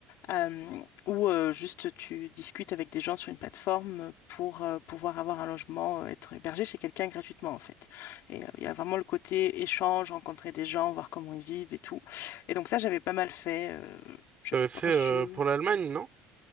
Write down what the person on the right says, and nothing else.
T'avais fait
euh, pour l'Allemagne, non?